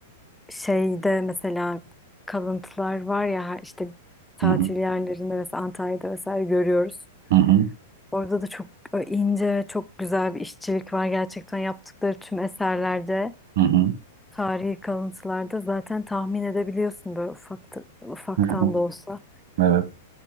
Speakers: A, in the centre; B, on the right.
A: şeyde mesela kalıntılar var ya her- işte tatil
B: Hı hı.
A: yerlerinde mesela Antalya'da vesaire görüyoruz.
B: Hı hı.
A: Orada da çok ince, çok güzel bir işçilik var. Gerçekten yaptıkları tüm eserlerde,
B: Hı hı.
A: tarihi kalıntılarda zaten tahmin edebiliyorsun böyle ufak, ufaktan
B: Hı hı.
A: da olsa.
B: Evet.